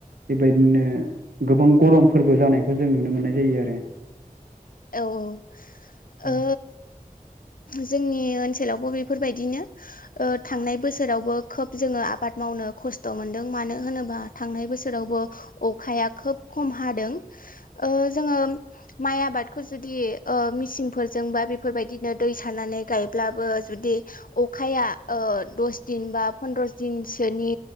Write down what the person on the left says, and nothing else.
औ औ
ओ जोंनि ओनसोलावबो बेफोरबायदिनो ओ थांनाय बोसोरावबो खोब जोङो आबाद मावनो खस्थ' मोनदों मानो होनोबा थांनाय बोसोरावबो अखाया खोब खम हादों। ओ जोङो माइ आबाद खौ जुदि मिसिंफोरजों बा बेफोरबायदिनो दै सारनानै गायब्लाबो जुदि अखाया ओ दस दिन बा पन्द्रस दिनसोनि